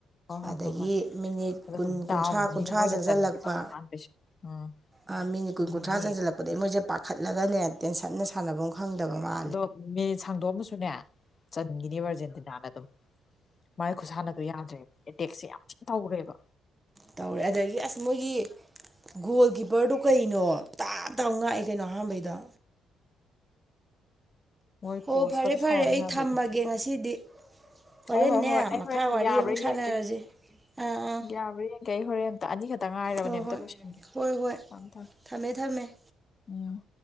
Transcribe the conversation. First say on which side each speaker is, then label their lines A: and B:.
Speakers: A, on the left; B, on the right.
A: ꯍꯣꯏ ꯍꯣꯏ
B: ꯑꯗꯒꯤ
A: ꯍꯣꯏ ꯍꯣꯏ
B: ꯃꯤꯅꯤꯠ
A: ꯑꯗꯨꯒ
B: ꯀꯨꯟ ꯀꯨꯟꯊ꯭ꯔꯥ
A: ꯗꯥꯎꯗ
B: ꯀꯨꯟꯊ꯭ꯔꯥ
A: ꯃꯤꯅ ꯃꯣꯏꯅ
B: ꯆꯪꯁꯤꯜꯂꯛꯄ
A: ꯆꯟꯈꯤꯕ ꯑꯍꯥꯟꯕꯩꯁꯨ ꯎꯝ
B: ꯑ ꯃꯤꯅꯤꯠ ꯀꯨꯟ
A: ꯑꯗꯨꯗꯤ
B: ꯀꯨꯟꯊ꯭ꯔꯥ ꯆꯪꯁꯤꯜꯂꯛꯄꯗꯒꯤ ꯃꯣꯏꯁꯦ ꯄꯥꯈꯠꯂꯒꯅꯦ ꯇꯦꯟꯁꯟꯅ ꯁꯥꯟꯅꯕꯝ ꯐꯪꯗꯕ ꯃꯥ
A: ꯑꯗꯣ ꯃꯤꯅꯤꯠ ꯁꯥꯡꯗꯣꯛꯑꯝꯃꯁꯨꯅꯦ ꯆꯟꯈꯤꯅꯦꯕ ꯑꯥꯔꯖꯦꯟꯇꯤꯅꯥꯅ ꯑꯗꯨꯝ ꯃꯥꯏ ꯈꯨꯠꯁꯥꯟꯅꯗꯣ ꯌꯥꯗ꯭ꯔꯦꯕ ꯑꯦꯇꯦꯛꯁꯦ ꯌꯥꯝ ꯊꯤꯅ ꯇꯧꯈ꯭ꯔꯦꯕ
B: ꯇꯧꯔꯦ ꯑꯗꯒꯤ ꯑꯁ ꯃꯣꯏꯒꯤ ꯒꯣꯜ ꯀꯤꯞꯄꯔꯗꯨ ꯀꯩꯅꯣ ꯇꯥꯞ ꯇꯥꯞ ꯉꯥꯛꯑꯦ ꯀꯩꯅꯣ ꯑꯍꯥꯟꯕꯩꯗꯣ
A: ꯃꯣꯏ
B: ꯍꯣ
A: ꯀꯣꯁꯀꯗꯣ
B: ꯐꯔꯦ ꯐꯔꯦ
A: ꯁꯥꯎꯔꯤ
B: ꯑꯩ
A: ꯃꯌꯥꯝꯗꯨꯗꯤ
B: ꯊꯝꯃꯒꯦ ꯉꯁꯤꯗꯤ ꯍꯣꯔꯦꯟꯅꯦ
A: ꯍꯣꯏ ꯍꯣꯏ ꯍꯣꯏ ꯑꯩ
B: ꯃꯈꯥ
A: ꯍꯣꯔꯦꯟꯗꯤ
B: ꯋꯥꯔꯤ
A: ꯌꯥꯕ꯭ꯔꯥ
B: ꯑꯃꯨꯛ ꯁꯥꯟꯅꯔꯁꯦ
A: ꯌꯦꯡꯒꯦ
B: ꯑꯥ ꯑꯥ
A: ꯌꯥꯕ꯭ꯔꯥ ꯌꯥꯡꯒꯦ ꯑꯩ ꯍꯣꯔꯦꯟ ꯑꯝꯇꯥ ꯑꯅꯤꯈꯛꯇ ꯉꯥꯏꯔꯕꯅꯦ
B: ꯍꯣꯏ
A: ꯑꯝꯇ
B: ꯍꯣꯏ
A: ꯂꯣꯏꯁꯤꯟꯒꯦ
B: ꯍꯣꯏ ꯍꯣꯏ
A: ꯊꯝꯃꯦ ꯊꯝꯃꯦ
B: ꯊꯝꯃꯦ ꯊꯝꯃꯦ
A: ꯎ